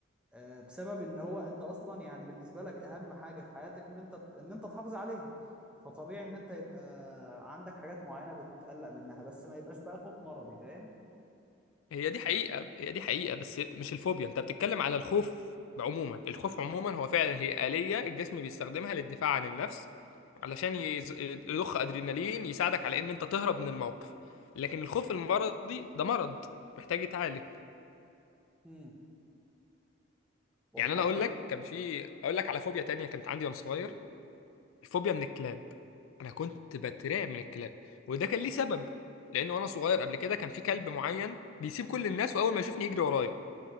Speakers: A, in the centre; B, on the left.
A: آه، بسبب ان هو انت اصلا يعني بالنسبه لك اهم حاجه في حياتك ان انت ان انت تحافظ عليها فطبيعي ان انت يبقى عندك حاجات معينه بتقلق منها بس ما يبقاش بقى خوف مرضي فاهم
B: هي دي حقيقة هي دي حقيقة بس مش الفوبيا انت بتتكلم على الخوف عموما الخوف عموما هو فعلا هي آلية الجسم بيستخدمها للدفاع عن النفس علشان يز- يضخ أدرينالين يساعدك على ان انت تهرب من الموقف لكن الخوف المرضي ده مرض محتاج يتعالج
A: امم والله
B: يعني انا
A: انا
B: اقول لك كان في اقول لك على فوبيا تانية كانت عندي وانا
A: ماشي
B: صغير
A: أوه.
B: الفوبيا من الكلاب انا كنت بترعب من الكلاب وده كان ليه سبب لانه وانا صغير قبل كده كان في كلب معين بيسيب كل الناس واول ما يشوفني يجري ورايا